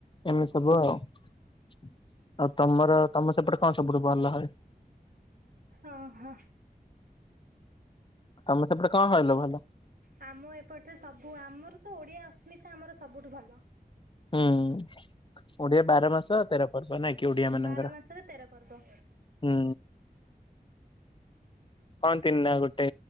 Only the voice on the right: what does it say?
ଓ ହୋ
ଆମ ଏପଟରେ ସବୁ ଆମର ତ ଓଡିଆ ଅସ୍ମିତା। ଆମର ସବୁଠୁ ଭଲ।
ବାର ମାସରେ ତେର ପର୍ଦ